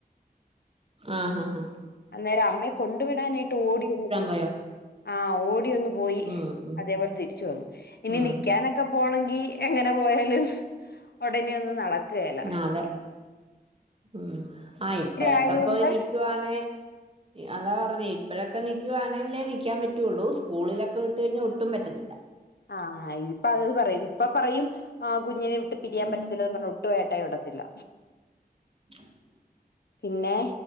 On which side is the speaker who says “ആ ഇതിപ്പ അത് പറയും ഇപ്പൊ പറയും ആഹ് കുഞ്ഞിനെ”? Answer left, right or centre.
Left